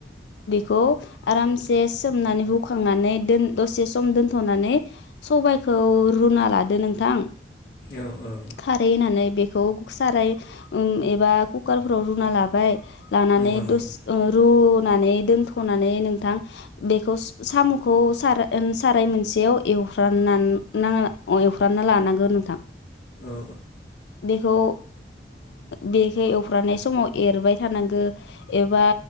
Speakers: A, on the left; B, on the left.
A: खौ आरामसे सोमनानै हुखांनानै दोन दसे सम दोन्थ'नानै सबायाइखौ रुना लादो नोंथां
B: औ औ
A: खारै होनानै बेखौ साराय ओम एबा कुकारफोराव रुना लाबाय लानानै
B: नंगौ नंगौ
A: दस ओ रुनानै दोनथ'नानै नोंथां बेखौ साम'खौ सार-साराय मोनसेयाव एवफ्रानना-एवफ्रामना लानांगौ नोंथां
B: औ
A: बेखौ बेखौ एवफ्रानाय समाव एरबाय थानांगो एबा